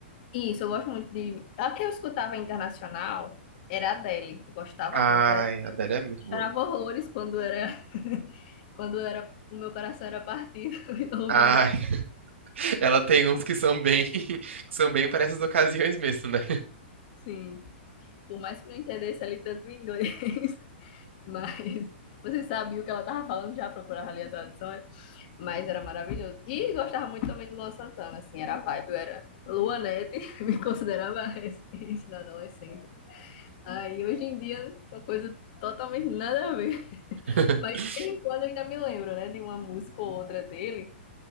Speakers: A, on the left (about 45°); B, on the right (about 85°).
A: Isso, eu gosto muito de. A que eu escutava internacional era a Adele. Eu gostava
B: ai,
A: muito. Eu
B: a Adele é muito boa.
A: chorava horrores quando era, <laughs> quando era, o meu coração era partido <laughs> ouvindo
B: Ai,
A: a
B: <laughs> ela tem uns que são bem, <laughs> que são bem para essas ocasiões mesmo, né?
A: Sim, por mais que não entendesse ali tanto o inglês, <laughs> mas você sabia o que ela tava falando, já procurava ali a tradução, é? mas era maravilhoso. E gostava muito também de Luan Santana, assim, era a vibe, eu era Luanete, <laughs> me considerava isso na adolescência. Aí hoje em dia, uma coisa totalmente nada a ver.
B: <laughs>
A: Mas de vez em quando eu ainda me lembro, né, de uma música ou outra dele,